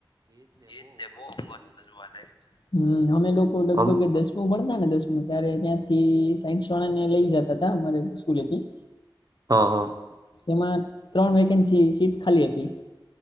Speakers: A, on the left; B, on the right.
A: એ જ ને બહુ મસ્ત જોવાલાયક છે. અમે લોકો લગભગ
B: અમે
A: દસ. ભણતા ને દસમું ત્યારે ત્યાંથી સાયન્સ વાળા ને લઈ જતા. <unintelligible> અમારે સ્કૂલેથી.
B: હ. હ.
A: એમાં ત્રણ વેકેન્સી સીટ ખાલી હતી.